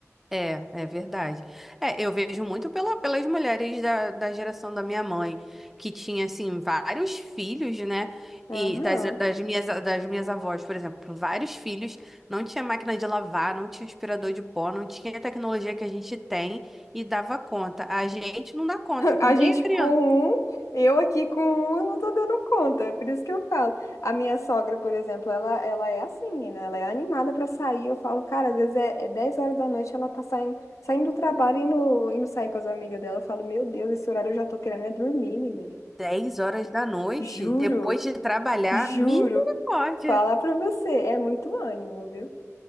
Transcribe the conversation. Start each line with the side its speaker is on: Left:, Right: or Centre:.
Centre: É, é verdade. É, eu vejo muito pela, pelas mulheres da, da geração da minha mãe, que tinha, assim, vários filhos, né?
Left: Aham.
Centre: E das, das minhas, das minhas avós, por exemplo, vários filhos, não tinha máquina de lavar, não tinha aspirador de pó, não tinha a tecnologia que a gente tem e dava conta. A gente não dá conta com
Left: A
Centre: meia
Left: gente
Centre: criança.
Left: com um, eu aqui com um, eu não tô dando conta. É por isso que eu falo. A minha sogra, por exemplo, ela, ela é assim, menina. Ela é animada pra sair. Eu falo, cara, às vezes é, é 10 horas da noite, ela tá saindo, saindo do trabalho e indo, indo sair com as amigas dela. Eu falo, meu Deus, esse horário eu já tô querendo é dormir, menina.
Centre: dez horas da noite,
Left: Juro,
Centre: depois de trabalhar,
Left: juro.
Centre: misericórdia.
Left: Falar pra você, é muito ânimo, viu?